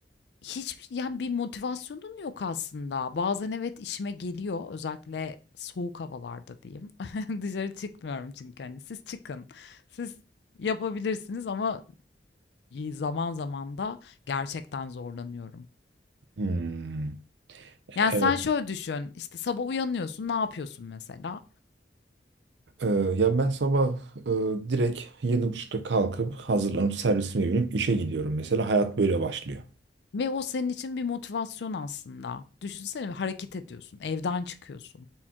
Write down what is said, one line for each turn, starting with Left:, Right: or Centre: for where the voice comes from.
Left: Hiçbir yani bir motivasyonun yok aslında. Bazen evet işime geliyor. Özellikle soğuk havalarda diyeyim. <laughs> Dışarı çıkmıyorum çünkü hani siz çıkın. Siz yapabilirsiniz ama zaman zaman da gerçekten zorlanıyorum.
Right: Hmm,
Left: Yani,
Right: evet
Left: sen şöyle düşün, işte, sabah uyanıyorsun, ne yapıyorsun mesela?
Right: Ee, ya ben sabah e, direkt yedi buçukta kalkıp hazırlanıp servisime binip işe gidiyorum. Mesela hayat böyle başlıyor.
Left: Ve o senin için bir motivasyon aslında. Düşünsene bir hareket ediyorsun, evden çıkıyorsun.